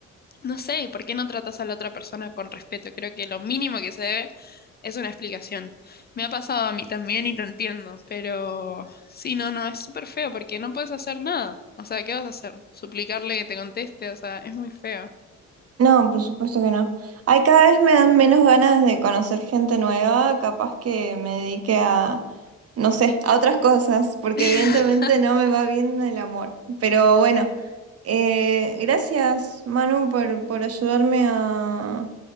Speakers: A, on the left; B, on the right.
A: no sé, ¿por qué no tratas a la otra persona con respeto? Creo que lo mínimo que se debe es una explicación. Me ha pasado a mí también y lo entiendo, pero sí, no, no, es súper feo porque no puedes hacer nada. O sea, ¿qué vas a hacer? ¿Suplicarle que te conteste? O sea, es muy feo.
B: No, por supuesto que no. Ay, cada vez me dan menos ganas de conocer gente nueva, capaz que me dedique a, no sé, a otras cosas, porque
A: <laughs>
B: evidentemente no me va bien el amor. Pero bueno, eh, gracias, Manu, por, por ayudarme a